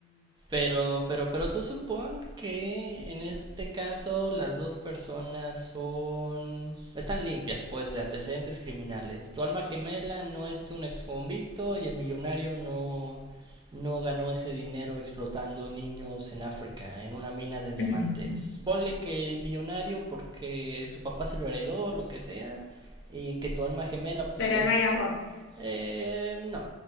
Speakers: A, on the right; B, on the left.
A: Pero, pero, pero tú supón que en este caso las dos personas son... están limpias, pues, de antecedentes criminales. Tu alma gemela no es un exconvicto y el millonario no, no ganó ese dinero explotando niños en África, en una mina de diamantes.
B: <laughs>
A: Ponle que el millonario porque su papá se lo heredó, lo que sea, y que tu alma gemela pues
B: pero
A: es
B: no hay amor.
A: eh, no.